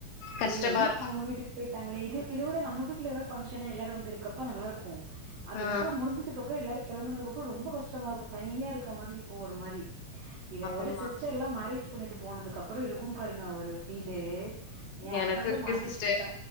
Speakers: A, on the left; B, on the right.
A: கஷ்டமா
B: ஐயோ எல்லா
A: இருக்கு
B: அவுங்க வீட்டுக் போயிட்டாங்களே இது இதோட நம்ம வீட்ல எதாது ஃபங்க்ஷன்னா எல்லாரு வந்துருக்கப்ப நல்லாருக்கு அதுக்கப்பறோ
A: ஆ
B: முடிஞ்சு இதுக்கப்பறோ எல்லாரு கெளம்புனது அப்பறோ ரொம்ப கஷ்டமா இருக்கு தனியா இருக்க மாரி இருக்கு ஒரு மாரி இத விட
A: ஆமா
B: சிஸ்டர்ல்லா மேரேஜ் பண்ணிட்டு போனதுக்கப்பறோ இருக்கு பாருங்க ஒரு ஃபீலு எ
A: எனக்கு
B: அக்கால
A: இருக்கு
B: மேரேஜ்
A: சிஸ்டர்
B: ப